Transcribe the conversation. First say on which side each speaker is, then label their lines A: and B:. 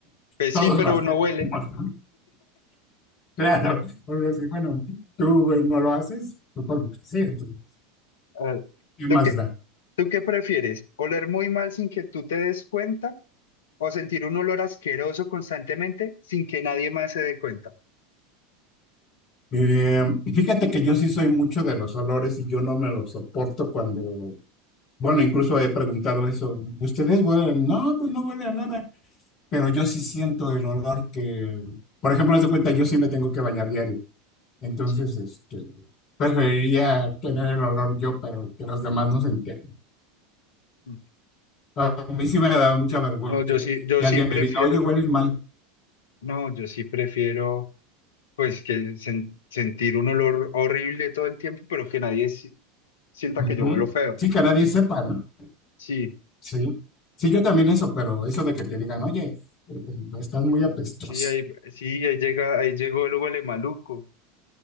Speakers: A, on the left; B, on the left.
A: Pues
B: todos
A: sí, pero
B: lo hacemos,
A: no huele.
B: ¿no? <laughs> Claro. Bueno, sí, bueno, tú eh, no lo haces, supongo que sí, entonces,
A: Ah,
B: ¿qué
A: ¿Tú
B: más
A: qué,
B: da?
A: tú qué prefieres? ¿Oler muy mal sin que tú te des cuenta o sentir un olor asqueroso constantemente sin que nadie más se dé cuenta?
B: Eh, y fíjate que yo sí soy mucho de los olores y yo no me los soporto cuando, bueno, incluso he preguntado eso, ¿ustedes huelen? No, pues no huele a nada, pero yo sí siento el olor que, por ejemplo, haz de cuenta, yo sí me tengo que bañar diario, entonces,
A: Sí.
B: este, preferiría tener el olor yo, pero que los demás no se enteren.
A: Mm,
B: A mí sí me
A: mm,
B: da mucha
A: ya.
B: vergüenza
A: No, yo
B: que,
A: sí, yo
B: que
A: sí
B: alguien
A: prefiero.
B: me diga, oye, hueles mal.
A: No, yo sí prefiero. pues que sen- sentir un olor horrible todo el tiempo, pero que nadie si- sienta
B: Ujú.
A: que yo huelo feo.
B: Sí, que nadie sepa, ¿no?
A: Sí,
B: Sí, sí, yo también eso, pero eso de que te digan, oye, eh, eh, estás muy apestoso.
A: sí, ahí, sí, ahí llega, ahí llegó el huele maluco.